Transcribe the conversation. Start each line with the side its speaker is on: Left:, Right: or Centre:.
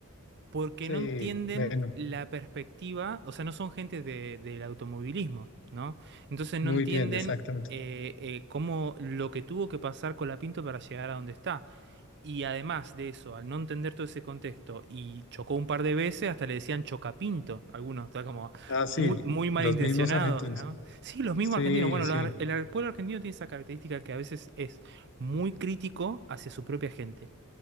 Right: porque
Left: sí,
Right: no entienden
Left: bueno,
Right: la perspectiva, o sea, no son gente de- del automovilismo, ¿no? Entonces no
Left: muy
Right: entienden
Left: bien, exactamente.
Right: eh, eh, cómo lo que tuvo que pasar Colapinto para llegar a donde está. Y además de eso, al no entender todo ese contexto y chocó un par de veces, hasta le decían chocapinto. Algunos, está como
Left: Ah,
Right: muy,
Left: sí,
Right: muy malintencionados,
Left: los mismos argentinos.
Right: ¿no? Sí, los mismos
Left: Sí,
Right: argentinos. Bueno,
Left: sí,
Right: los ar- el ar- pueblo argentino tiene esa característica que a veces es muy crítico hacia su propia gente.